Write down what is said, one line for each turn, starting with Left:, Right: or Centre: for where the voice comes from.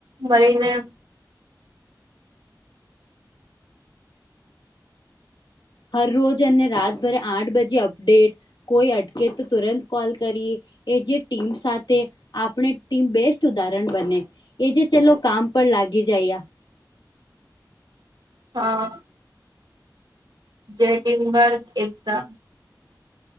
Right: મળીને
Left: હરરોજ અને રાતભરે આઠ બજે અપડેટ કોઈ અટકે તો તુરંત કોલ કરી એ જે ટીમ સાથે આપણે ટીમ બેસ્ટ ઉદાહરણ બને. એ જે ચલો કામ પર લાગી જાયા.
Right: હા. જે ટિમવર્ક એકતા